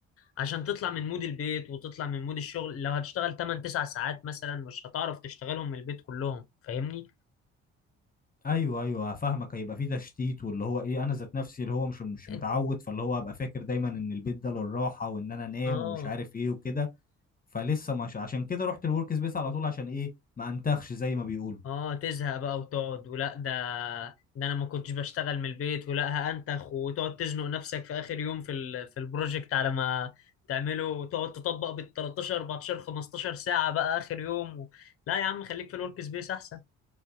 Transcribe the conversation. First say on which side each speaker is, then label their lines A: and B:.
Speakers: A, on the left (about 40°); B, on the left (about 25°).
A: عشان تطلع من مود البيت وتطلع من مود الشغل لو هتشتغل 8 9 ساعات مثلا مش هتعرف تشتغلهم من البيت كلهم فاهمني
B: ايوه ايوه فاهمك هيبقى في تشتيت واللي هو ايه انا ذات نفسي اللي هو مش مش
A: انت
B: متعود فاللي هو هبقى فاكر دايما ان البيت ده للراحه وان انا انام
A: اه
B: ومش عارف ايه وكده فلسه مش عشان كده رحت الورك سبيس على طول عشان ايه ما انتخش زي ما بيقولوا
A: اه تزهق بقى وتقعد ولا ده ده انا ما كنتش بشتغل من البيت ولا هأنتخ وتقعد تزنق نفسك في اخر يوم في ال... في البروجكت على ما تعمله وتقعد تطبق بال 13 14 15 ساعة بقى اخر يوم و... لا يا عم خليك في الورك سبيس احسن